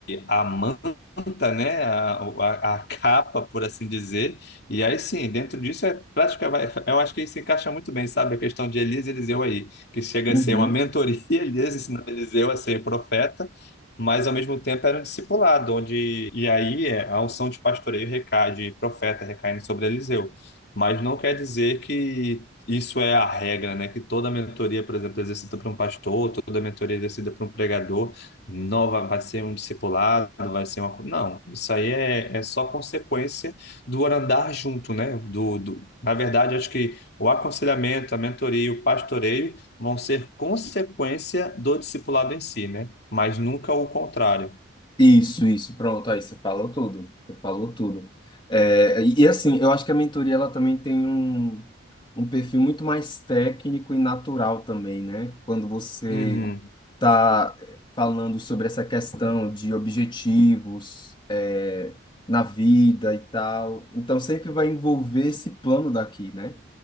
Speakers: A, on the left; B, on the left.
A: a manta, né? A, a a capa, por assim dizer e aí sim, dentro disso é prática, vai, eu acho que isso se encaixa muito bem, sabe? A questão de Elias e Eliseu aí, que chega a
B: Uhum.
A: ser uma mentoria, <laughs> Elias ensinando Eliseu a ser profeta, mas ao mesmo tempo era um discipulado, onde e aí é, a unção de pastoreio recai, de profeta recaindo sobre Eliseu. Mas não quer dizer que isso é a regra, né? Que toda mentoria, por exemplo, exercida por um pastor, toda mentoria exercida por um pregador, não vai, vai ser um discipulado, vai ser uma. co- Não, isso aí é, é só consequência do andar junto, né? Do, do, na verdade, acho que o aconselhamento, a mentoria o pastoreio vão ser consequência do discipulado em si, né? Mas nunca o contrário.
B: Isso, isso, pronto, aí você falou tudo, você falou tudo. É, e e assim, eu acho que a mentoria ela também tem um, um perfil muito mais técnico e natural também, né? Quando você
A: Uhum,
B: tá falando sobre essa questão de objetivos, é, na vida e tal. Então sempre vai envolver esse plano daqui, né?